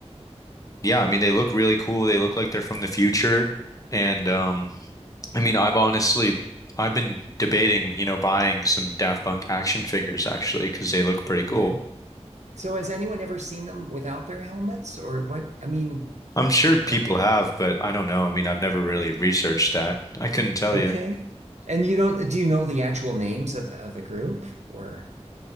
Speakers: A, on the left (about 30°); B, on the right (about 80°).
A: yeah, I mean they look really cool. They look like they're from the future and um
B: Yeah.
A: I mean I've honestly I've been debating, you know, buying some Daft Punk action figures actually because they look pretty
B: Yeah.
A: cool.
B: So has anyone ever seen them without their helmets or what? I mean,
A: I'm sure people
B: like
A: have, but I don't know. I mean, I've never really researched that. I couldn't tell
B: okay.
A: you.
B: And you don't do you know the actual names of the, of the group or